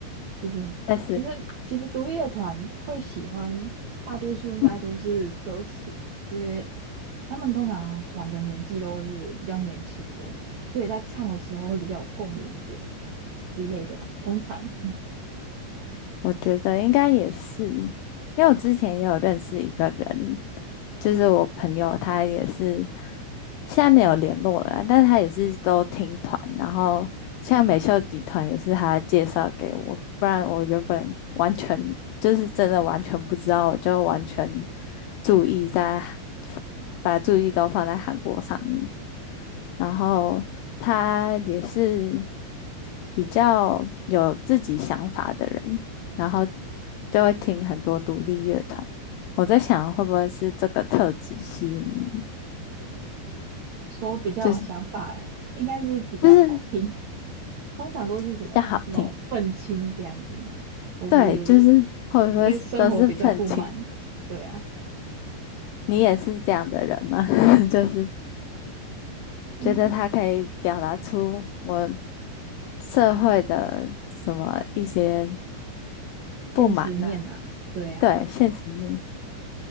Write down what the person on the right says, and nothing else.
毕竟其实其实独立乐团会喜欢，
大多数应该都是歌词，
因为他们通常团的年纪都是比较年轻的，所以在唱的时候会比较有共鸣一点之类的啦。通常嗯
说比较有想法，
应该是比较好听。
通常都是什么什么愤青这样子，
或是
对生活比较不满，对啊，
嗯，
现实面啊，对啊。